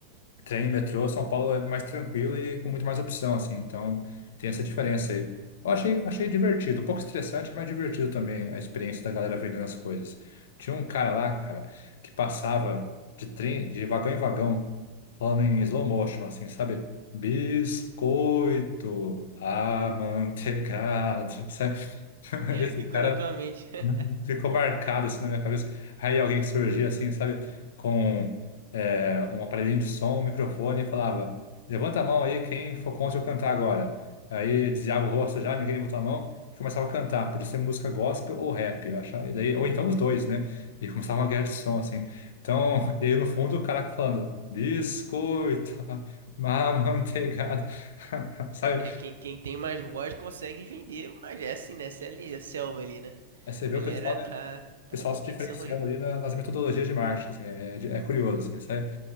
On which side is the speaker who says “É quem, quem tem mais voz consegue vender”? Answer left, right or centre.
Right